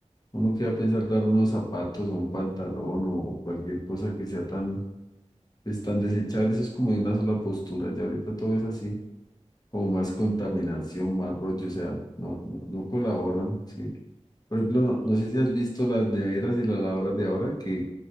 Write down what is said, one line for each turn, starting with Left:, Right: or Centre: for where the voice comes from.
Left: Uno que va a pensar dar unos zapatos o un pantalón o, o cualquier cosa que sea tan, pues, tan desechable, eso es como de una sola postura, ya ahorita todo es así. como más contaminación,
Right: Y no,
Left: más rollo, o sea, no, no, no colaboran, ¿sí? Por ejemplo, no, no
Right: y no
Left: sé si
Right: sé,
Left: has visto las neveras y las lavadoras de ahora, que